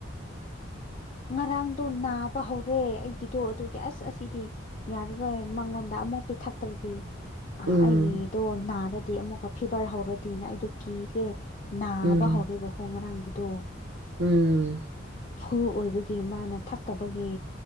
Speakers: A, on the left; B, on the right.
A: ꯉꯔꯥꯡꯗꯣ ꯅꯥꯕ ꯍꯧꯔꯦ ꯑꯩꯒꯤꯗꯣ ꯑꯗꯨꯒꯤ ꯑꯁ ꯑꯁꯤꯗꯤ ꯌꯥꯔꯔꯣꯏ ꯃꯉꯣꯟꯗ ꯑꯃꯨꯛ ꯄꯤꯊꯛꯇ꯭ꯔꯗꯤ ꯑ
B: ꯎꯝ
A: ꯑꯩꯒꯤꯗꯣ ꯅꯥꯔꯗꯤ ꯑꯃꯨꯛꯀ ꯐꯤꯚꯔ ꯍꯧꯔꯗꯤꯅ ꯑꯩꯗꯣ ꯀꯤꯈ꯭ꯔꯦ ꯅꯥꯕ
B: ꯎꯝ
A: ꯍꯧꯔꯦꯕꯣ ꯍꯣꯡ ꯉꯔꯥꯡꯒꯤꯗꯣ
B: ꯎꯝ
A: ꯐꯨꯜ ꯑꯣꯏꯕꯒꯤ ꯃꯥꯅ ꯊꯛꯇꯕꯒꯤ